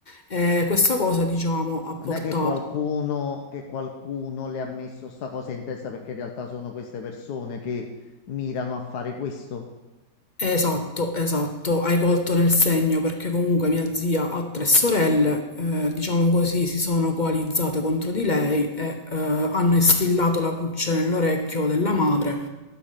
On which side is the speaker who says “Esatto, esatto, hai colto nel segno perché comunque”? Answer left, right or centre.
Left